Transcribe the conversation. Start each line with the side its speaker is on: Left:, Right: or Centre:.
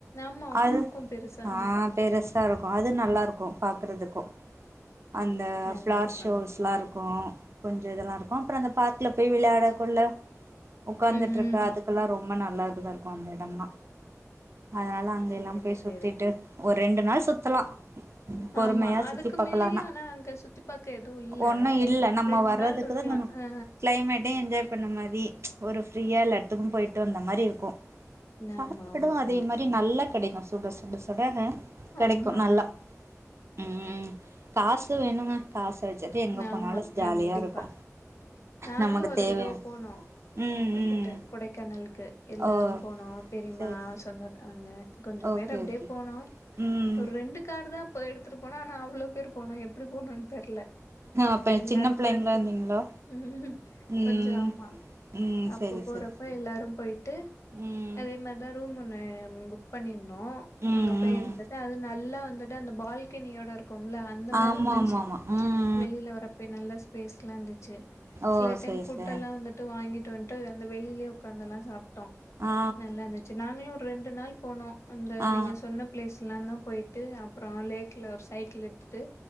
Left: ஆமா ஒண்ணு
Right: அது
Left: இருக்கு பெருசா
Right: ஆ பெரு டா இருக்கு அது நல்லாருக்கு பாக்கறதுக்கு அந்த
Left: அதா
Right: ஃப்ளார்
Left: அதா
Right: ஷோஸ்லா இருக் கு கொஞ்ச இதெல்லா இருக்கு அப்புற அந்த பார்க்கல போய் விளையாடகுள்ள உக்காந்துட்டு
Left: ம்
Right: இருக்க
Left: ம்
Right: அதுக் க்குலா ரொம்ப நல்லா இருக்குதா இருக்கு அந்த எடம்லா அதனால அங்க
Left: சேரி
Right: எல்லா போய் சுத்திட்டு
Left: சேரி
Right: ஒரு ரெண்டு நாள் சுத்துலா பொறுமயா
Left: ஆமா அதுக்கு
Right: சுத்தி பாக்கலானா
Left: மேலயு ஆனா அங்க சுத்தி பாக்க எதுவு இல்ல
Right: ஒண்ணு இல்ல நம்ம
Left: ரெண்டு
Right: வர்றதுக்குதா
Left: நாள் இருக்கலா
Right: நம்ம
Left: அ
Right: கிளைமேட்டு என்ஜாய் பண்ண மாரி ஒரு ஃப்ரீயா எல்லா இடத்துக்கு போய்ட்டு வந்த மாரி இருக்கு சாப்பாடு
Left: ஆமா ஆமா கண்டிப்
Right: அதே மாரி நல்லா கெடைக்கு சுட சுட சுட அ கடைக்கு
Left: ஆமா
Right: நல்லா ம் காசு வேணுங்க காச வெச்சுட்டு எங்க போனாலு
Left: ஆமா
Right: ஜாலியா
Left: கண்டிப்பா
Right: இருக்கு
Left: நாங்களு
Right: நமக்கு
Left: ஒரு
Right: தேவையா
Left: தடவ போனோ
Right: ம்
Left: வந்துட்டு
Right: ம்
Left: கொடைக்கானலுக்கு எல்லாரு
Right: ஓ
Left: போனோ பெரியமா
Right: சேரி
Left: சொந்த அங்க கொஞ்சோ
Right: ஓகே
Left: பேர் அப்டியே
Right: ஓகே
Left: போனோ
Right: ம்
Left: ஒரு ரெண்டு காரு தா போய் எடுத்துட்டு போனோ ஆனா அவ்ளோ பேர் போனோ எப்டி போனோன்னு தெர்ல
Right: அப்ப
Left: எல்லாரு
Right: சின்ன பிள்ளைங்களா
Left: போயிட்டு
Right: இருந்தீங்களோ
Left: ம்
Right: ம்
Left: கொஞ்ச ஆமா
Right: ம்
Left: அப்ப
Right: சரி
Left: போறப்ப
Right: சரி சரி
Left: எல்லாரும் போய்ட்டு
Right: ம்
Left: அதே மாரி தா ரூம் ஒன்னு புக் பண்ணி இருந்தோ
Right: ம்
Left: அங்க போய்
Right: ம்
Left: இருந்துட்டு அது நல்லா வந்துட்டு அந்த பால்கனியோட இருக்கும்ல அந்த மாரி
Right: ஆமா
Left: இருந்துச்சு
Right: ஆமா ஆமா ம் ம்
Left: வெளியில வரப்பே நல்ல ஸ்பேஸ்ல்லா இருந்துச்சு
Right: ஓ
Left: சில டைம்
Right: சேரி
Left: ஃபுட்
Right: சேரி
Left: எல்லா வந்து ட்டு வாங்கிட்டு வந்ட்டு அந்த வெளியிலயே உக்காந்தல்லா சாப்ட்டோ
Right: ஆ
Left: நல்லா இருந்து சு நாங்களு ஒரு ரெண்டு நாள் போனோ அந்த
Right: ஆ ஆ ஆ
Left: நீங்க சொன்ன பிளேஸ்லானா போயிட்டு அப்பரோ லேக்ல ஒரு சைக்கிள் எடுத்துட்டு